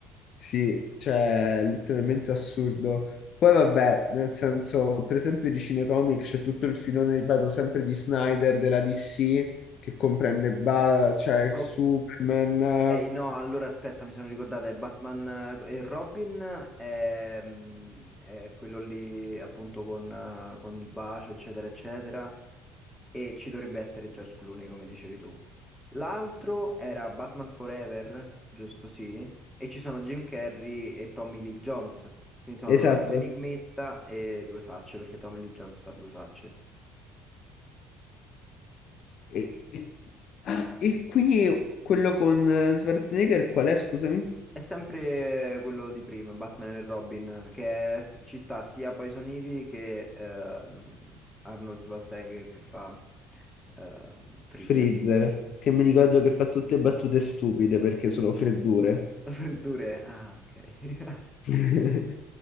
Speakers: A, on the left; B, in the centre.
A: sì, cioè, è letteralmente assurdo. Poi vabbè, nel senso, per esempio di cinecomic c'è tutto il filone, ripeto, sempre di Snyder, della DC, che comprende Ba- cioè,
B: Ok,
A: Superman, eh,
B: no, allora aspetta, mi sono ricordata, è Batman eh, e Robin, ehm, è, quello lì appunto con, eh, con il bacio, eccetera, eccetera. e ci dovrebbe essere George Clooney, come dicevi tu. L'altro era Batman Forever, giusto sì, e ci sono Jim Carrey e Tommy Lee Jones. Quindi sono
A: esatto.
B: l'enigmista e due facce, perché Tommy Lee Jones fa due facce.
A: E, e- ah, e quindi quello con eh, Schwarzenegger qual è, scusami?
B: È sempre quello di prima, Batman e Robin, che è- ci sta sia Poison Ivy che ehm, Arnold Schwarzenegger che fa ehm, Freezer.
A: Freezer, che mi
B: Esatto.
A: ricordo che fa tutte battute stupide perché sono freddure.
B: <laughs> Freddure, ah ok. <laughs>
A: <laughs>